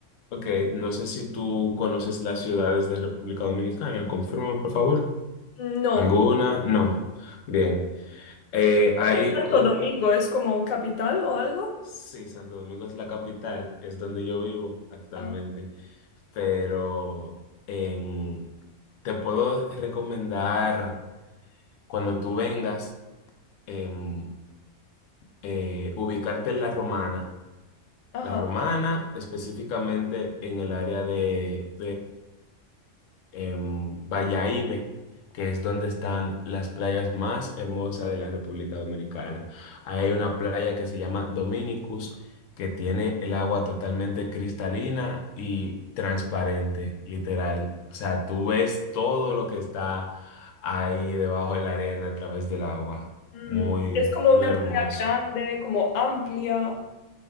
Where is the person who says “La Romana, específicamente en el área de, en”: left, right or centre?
Left